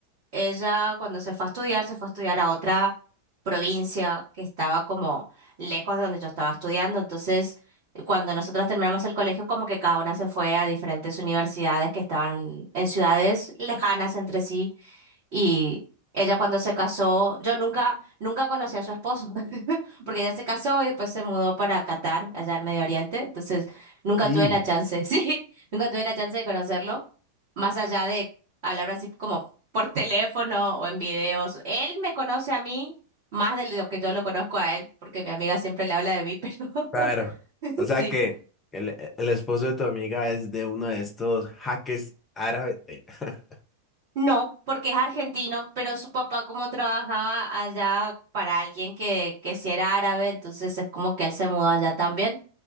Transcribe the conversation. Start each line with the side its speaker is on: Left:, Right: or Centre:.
Right: ella cuando se fue a estudiar, se fue a estudiar a otra provincia que estaba como lejos de donde yo estaba estudiando, entonces cuando nosotros terminamos el colegio, como que cada una se fue a diferentes universidades que estaban en ciudades lejanas entre sí. Y ella cuando se casó, yo nunca, nunca conocí a su esposo, <laughs> porque ella se casó y después se mudó para Qatar, allá al Medio Oriente. Entonces, nunca
Left: Y,
Right: tuve la chance, <laughs> sí, nunca tuve la chance de conocerlo, más allá de hablar así como por teléfono o en videos. Él me conoce a mí más de lo que yo lo conozco a él, porque mi amiga siempre le habla de mí, <laughs> pero
Left: claro.
Right: <laughs>
Left: O sea
Right: sí.
Left: que el, e, el esposo de tu amiga es de uno de estos hackers árabes. eh. <laughs>
Right: No, porque es argentino, pero su papá como trabajaba allá para alguien que, que sí era árabe, entonces es como que él se mudó allá también.